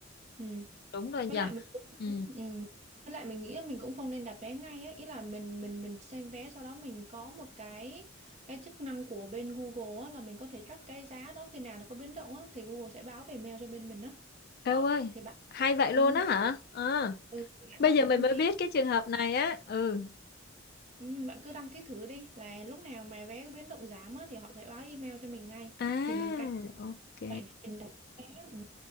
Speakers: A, on the right; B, on the left.
A: ừ
B: đúng rồi
A: với
B: nhỉ.
A: lại mình cũng-
B: Ừ,
A: ừ. với lại mình nghĩ là mình cũng không nên đặt vé ngay ấy. Ý là mình mình mình xem vé sau đó mình có một cái cái chức năng của bên Google á, là mình có thể track cái giá đó khi nào nó có biến động á, thì Google sẽ báo về mail cho bên mình đó
B: eo
A: đó
B: ơi,
A: thì bạn
B: hay vậy luôn
A: ừ,
B: á hả? Ờ,
A: ừ, thì bạn
B: bây
A: có
B: giờ
A: thể
B: mình
A: đăng
B: mới
A: ký
B: biết cái trường hợp này á. Ừ,
A: ừ, bạn cứ đăng ký thử đi là lúc nào mà vé biến động giảm á, thì họ sẽ báo email cho mình ngay
B: à,
A: thì mình canh
B: ok.
A: vậy để mình đặt vé ừ.